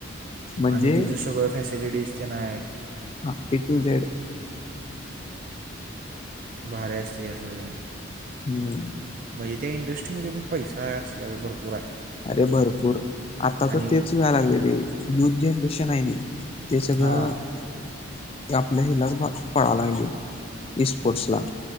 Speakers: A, on the left; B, on the right.
A: म्हणजे
B: आणि तिथे सगळं फॅसिलिटीज ते नाही आहेत.
A: हा ए टू झेड
B: भार असते अस असन
A: हम्म
B: म्हणजे त्या इंडस्ट्रीमध्ये पण पैसा असल्यावर भरपूर आहे
A: अरे भरपूर आता
B: आणि
A: तर तेच वेळा लागले र युथ जनरेशन आहे नि ते सगळं
B: हां
A: आपल्या हिला पळाला लागेल स्पोर्टस ला,